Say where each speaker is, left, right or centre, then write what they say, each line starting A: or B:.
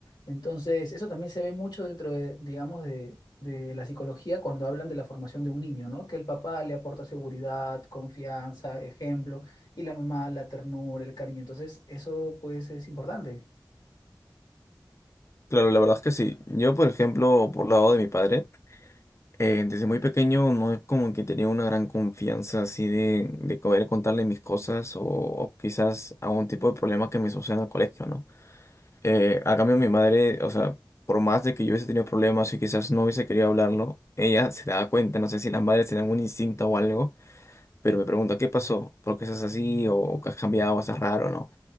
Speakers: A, on the left; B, on the left.
A: Entonces, eso también se ve mucho dentro de, digamos, de, de la psicología cuando hablan de la formación de un niño, ¿no? Que el papá le aporta seguridad, confianza, ejemplo, y la mamá la ternura, el cariño. Entonces, eso pues es importante.
B: Claro, la verdad es que sí. Yo, por ejemplo, por lado de mi padre, eh, desde muy pequeño no es como que tenía una gran confianza así de, de poder contarle mis cosas o, o quizás algún tipo de problema que me suceda en el colegio, ¿no? Eh, a cambio, mi madre, o sea, por más de que yo hubiese tenido problemas y quizás no hubiese querido hablarlo, ella se daba cuenta, no sé si las madres tenían un instinto o algo pero me pregunta, ¿qué pasó? ¿Por qué estás así? ¿O has cambiado? ¿Estás raro? ¿No?